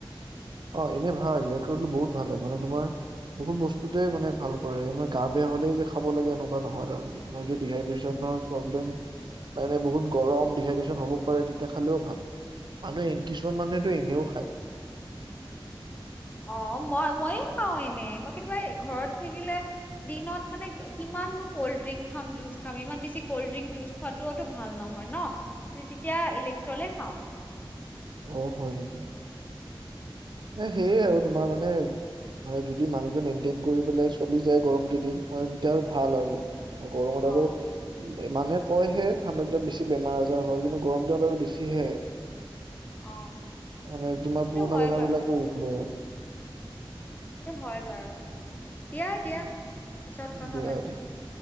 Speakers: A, on the right; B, on the left.
A: অ এনেই ভাল ইলেকট্ৰলটো বহুত ভাল হয় মানে তোমাৰ বহুত বস্তুতেই মানে ভাল কৰে। মানে গা বেয়া হ'লেই যে খাব লাগে এনেকুৱা নহয় তাৰ মানে তোমাৰ যদি ড্ৰিহাইড্ৰেচন মানে বহুত গৰম ডিহাইড্ৰেচন হ'ব পাৰে তেতিয়া খালেও ভাল। মানুহে কিছুমান মানুহেতো এনেও খায়।
B: অ মই মইয়ে খাওঁ এনে মই কেতিয়াবা ঘৰত থাকিলে দিনত মানে কিমান ননো কল্ড ড্ৰিংক খাম, জুচ খাম ইমান বেছি কল্ড ড্ৰিংক জুচ খোৱাতোও তো ভাল নহয় ন। তু তেতিয়া ইলেক্ট্ৰলে খাওঁ।
A: অ হয় নেকি? এ সেয়ে আৰু তোমাৰ মানে মানে যদি মানুহটোৱে মেইনটেইন কৰি পেলাই চলি যায় গৰম কেইদিন মানে তেতিয়া আৰু ভাল আৰু। মানে গৰমত
B: অ
A: আৰু উম। মানুহে কয়হে ঠাণ্ডা দিনত বেছি বেমাৰ আজাৰ হয়। কিন্তু গৰম দিনত আৰু বেছিহে।
B: অ
A: মানে তোমাৰ
B: সেইটো
A: পুৰণা
B: হয়
A: বেমাৰ
B: বাৰু
A: বিলাকো উগ লয়।
B: সেইটো হয় বাৰু দিয়া
A: আৰু
B: দিয়া পিছত কথা
A: দিয়া
B: পাতিম।
A: দিয়া